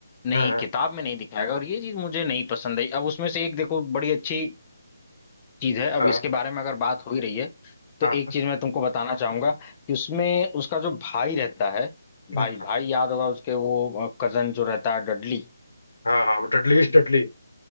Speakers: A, on the left; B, on the left.
A: नहीं
B: हाँ हाँ
A: किताब में नहीं दिखाएगा और ये चीज मुझे नहीं पसंद आई अब उसमें से एक देखो बड़ी अच्छी चीज है अब
B: हाँ
A: इसके बारे में अगर बात हो ही रही है तो
B: हाँ
A: एक चीज मैं तुमको बताना चाहूंगा कि उसमें उसका जो भाई रहता है भाई
B: हाँ
A: भाई याद होगा उसके वो कजन जो रहता है डडली
B: हाँ हाँ हाँ, डडली डडली